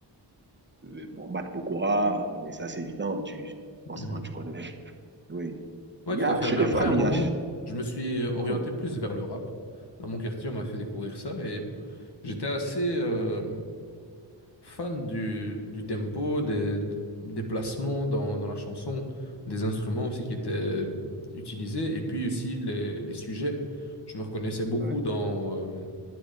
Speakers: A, on the right; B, on the left.
A: euh, bon, Matt Pokora, oui, ça c'est évident, tu, forcément
B: Mhm.
A: tu connais. Oui.
B: Ouais,
A: Il
B: tout
A: y a,
B: à fait.
A: chez
B: Mais
A: les
B: après,
A: femmes,
B: à un
A: il
B: moment,
A: y a.
B: je me suis orienté
A: Mhm.
B: plus vers le rap. Dans mon quartier, on m'a fait découvrir ça et j'étais assez. euh, fan du, du tempo, des, des placements dans, dans la chanson, des instruments aussi qui étaient utilisés, et puis aussi les, les sujets. Je me reconnaissais beaucoup
A: Ouais.
B: dans, euh,